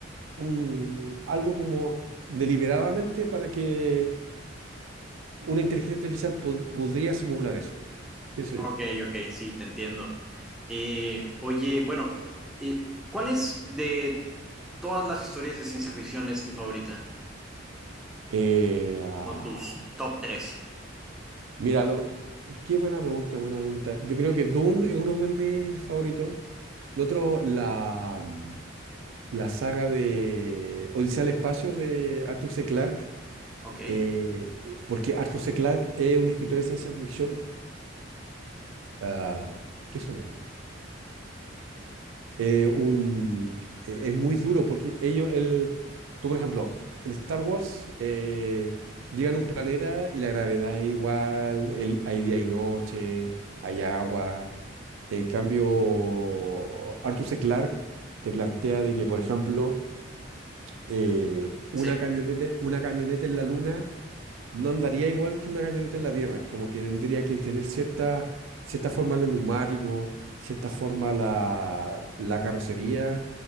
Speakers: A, on the right; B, in the centre.
A: un algo como deliberadamente para que una inteligencia artificial pod- podría simular eso, pienso
B: Ok,
A: yo.
B: ok, sí, te entiendo. Eh, oye, bueno, eh, ¿cuál es de todas las historias de ciencia ficción es tu favorita?
A: Eh, ah,
B: ¿O tus top tres?
A: mira, lo- qué buena pregunta, buena pregunta. Yo creo que Dune es uno de mis favoritos. El otro, la, la saga de Odisea al Espacio de Arthur C. Clarke,
B: Ok,
A: eh, porque Arthur C. Clarke es un escritor de ciencia ficción. ah, ¿qué sonó? eh, un, eh, es muy duro porque ellos, el, tú por ejemplo, en Star Wars eh, llegan a un planeta y la gravedad es igual, el, hay día y noche, hay agua. En cambio, Arthur C. Clarke te plantea de que, por ejemplo, eh, una
B: Sí.
A: camioneta, una camioneta en la luna no andaría igual que una camioneta en la tierra, como que tendría que tener cierta, cierta forma los neumáticos, cierta forma la, la carrocería,